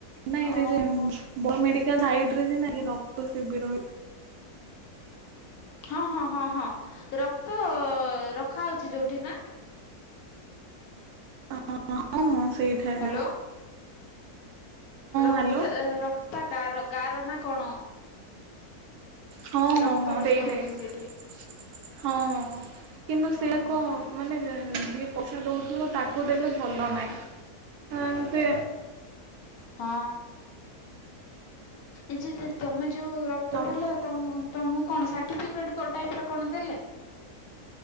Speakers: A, on the right (about 80°); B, on the left (about 70°).
A: ନାଇ
B: ଓହୋ
A: ବଡ଼ ମେଡିକାଲ ସାଇଡରେ ଯଉ ନାଇ ରକ୍ତସିବିର।
B: ହଁ ହଁ ହଁ ହଁ ରକ୍ତ ରଖା ହଉଛି ଯୋଉଠି ନାଁ?
A: ହଁ ହଁ ହଁ ସେଇଟା ଠାଗା।
B: ହ୍ୟାଲୋ ରକ୍ତ
A: ହ୍ୟାଲୋ
B: ରକ୍ତା ଗାରା ଗାର ନା କଣ?
A: ହଁ
B: ରକ୍ତ
A: ହଁ ହଁ
B: ରଖା
A: ସେଇ
B: ହଉଛି
A: ସେଇ
B: ସେଇଠି
A: ହଁ କିନ୍ତୁ
B: ହଁ
A: ସେ ଏକ
B: ହଁ।
A: ମାନେ ଯିଏ ପଇସା ଦଉଥିବ, ତାକୁ ଦେଲେ ଭଲ ନାହିଁ। ହଁ ଏମତି।
B: ହଁ ଏ <inaudible> ତମେ ଯୋଉ ରକ୍ତ
A: ଜଣକୁ
B: ଦେଲ, ତମ ତମକୁ କଣ ସାର୍ଟିଫିକେଟ ଟାଇପ ର କଣ ଦେଲେ?